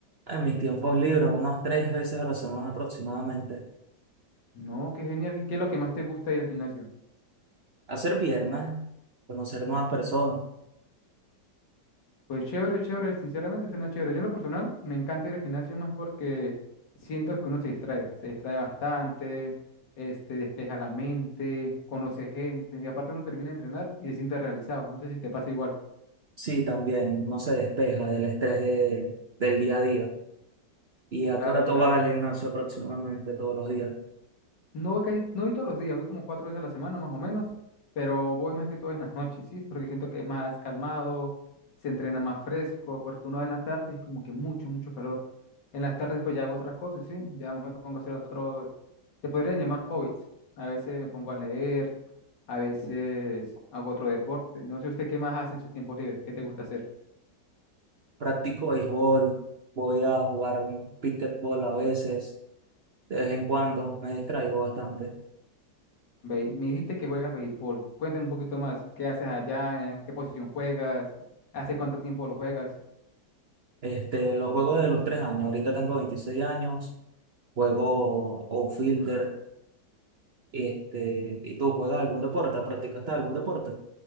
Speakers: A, on the right; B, on the left.
A: En mis tiempos libres, unas tres veces a la semana aproximadamente.
B: No, qué genial. ¿Y qué es lo que más te gusta ir al gimnasio?
A: Hacer piernas, conocer nuevas personas.
B: Pues chévere, chévere. Sinceramente suena chévere. Yo en lo personal me encanta ir al gimnasio más porque siento que uno se distrae. Se distrae bastante, este, despeja la mente, conoce gente y aparte uno termina de entrenar y se siente realizado. No sé si te pasa igual.
A: Sí, también, no se despeja del estrés de- del día a día. ¿Y a
B: Claro,
A: qué hora
B: claro.
A: tú vas al gimnasio aproximadamente todos los días?
B: No voy casi, no voy todos los días, voy como cuatro veces a la semana más o menos, pero voy más que todo en las noches, ¿sí? Porque siento que es más calmado, se entrena más fresco, porque uno en la tarde es como que mucho, mucho calor. En las tardes pues ya hago otras cosas, ¿sí? Ya me pongo a hacer otros, se podrían llamar hobbies. A veces me pongo a leer, a veces hago otro deporte. No sé usted qué más hace en sus tiempos libres, qué te gusta hacer.
A: Practico béisbol, voy a jugar un pickleball a veces, de vez en cuando, me distraigo bastante.
B: Ve- me dijiste que juegas béisbol. Cuéntame un poquito más, ¿qué haces allá? ¿En ¿Qué posición juegas? ¿Hace cuánto tiempo lo juegas?
A: Este, los juegos de los tres años, ahorita tengo 26 años. juego outfielder, este, ¿y tú juegas algún deporte? ¿Practicaste algún deporte?